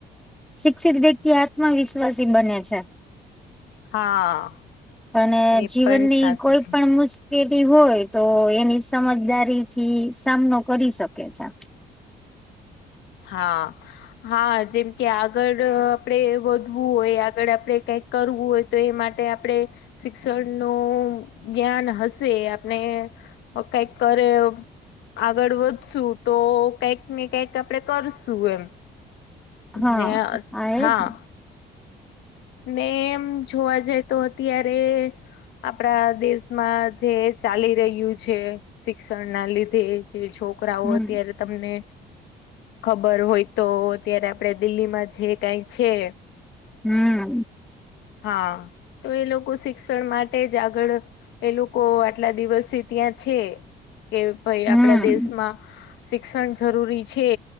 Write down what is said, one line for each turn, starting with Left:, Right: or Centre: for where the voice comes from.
Centre: શિક્ષિત વ્યક્તિ આત્મવિશ્વાસી બને છે.
Left: હા
Centre: અને
Left: એ
Centre: જીવનની
Left: પણ સાચી
Centre: કોઈ
Left: છે
Centre: પણ મુશ હોય તો એની સમજદારી થી સામનો કરી શકે છે.
Left: હા હા જેમ કે આગળ આપડે વધવું હોય આગળ આપડે કઈક કરવું હોય તો એ માટે આપડણે શિક્ષણ નું જ્ઞાન હશે આપણે કંઈક કરે આગળ વધશું તો કઈક ને કંક આપડે કરશું એમ
Centre: હા
Left: ને
Centre: આ
Left: હા
Centre: એ જ.
Left: ને એમ જોવા જાય તો અત્યારે આપણા દેશમાં જે ચાલી રહ્યું છે. શિક્ષણ ના લીધે જે છોકરાઓ
Centre: હમ
Left: અત્યારે તમને ખબર હોય તો ત્યારે આપડે દિલ્હીમાં જે કઈ છે.?
Centre: હમ
Left: હા તો એ લોકો શિક્ષણ માટે જ આગળ એ લોકો આટલા દિવસે ત્યાં છે કે ભાઈ
Centre: હમ
Left: આપડા દેશમાં શિક્ષણ જરૂરી છે.